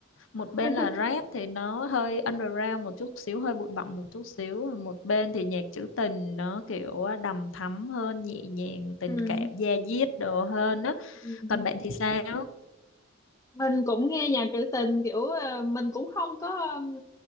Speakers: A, on the left (about 75°); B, on the left (about 15°).
A: một bên
B: <laughs>
A: là rap thì nó hơi underground một chút xíu hơi bụi bặm một chút xíu một bên thì nhạc trữ tình nó kiểu à, đầm thắm hơn nhẹ nhàng tình
B: Ừm,
A: cảm da diết đồ hơn đó
B: ừm.
A: còn bạn thì sao
B: mình cũng nghe nhạc trữ tình kiểu ờ, mình cũng không có